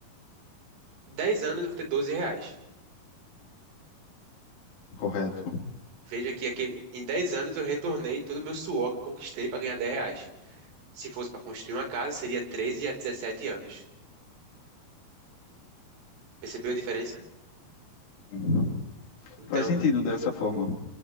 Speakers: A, on the right; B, on the left.
A: 10 anos, eu vou ter 12 reais.
B: Correto?
A: Veja que aquele- em 10 anos eu retornei todo o meu suor que eu conquistei para ganhar 10 reais. Se fosse para construir uma casa, seria 13 a 17 anos. Percebeu a diferença?
B: Sim.
A: Então,
B: Faz sentido dessa forma.